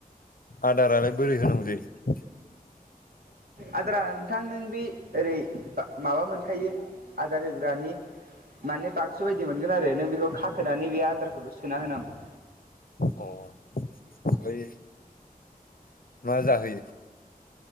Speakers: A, on the left (about 70°); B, on the right (about 75°).
A: आदारालाय बोरै होनांगौ जायो?
B: आदारा नोंथां नों बे ओरै बा माबा मोनखायो आदार होग्रानि माने बाक्सु बायदि मोनगोन आरो नों बेखौ खाखोनानै बे आदारखौल' सोना होनांगौ।
A: अ ओमफाय मा जाहोयो?